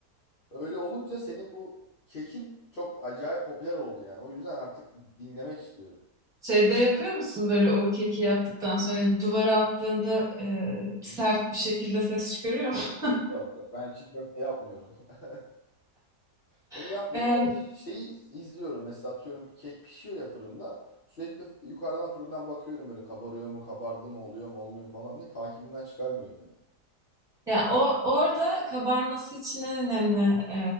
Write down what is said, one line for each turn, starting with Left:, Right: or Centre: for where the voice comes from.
Left: öyle olunca senin bu kekin çok acayip popüler oldu yani. O yüzden artık dinlemek istiyorum.
Centre: Şeyde yapıyor musun böyle o keki yaptıktan sonra yani duvara attığında e,
Left: <laughs>
Centre: sert bir şekilde ses çıkarıyor mu?
Left: Yok yok ben çiğ köfte yapmıyorum. <laughs> Onu yapmıyorum
Centre: <laughs>
Left: ama şeyi izliyorum. Mesela atıyorum kek pişiyor ya fırında. Sürekli f- yukarıdan fırından bakıyorum böyle kabarıyor mu, kabardı mı, oluyor mu, olmuyor mu falan diye takibimden çıkarmıyorum yani.
Centre: Ya o orada kabarması için en önemli e,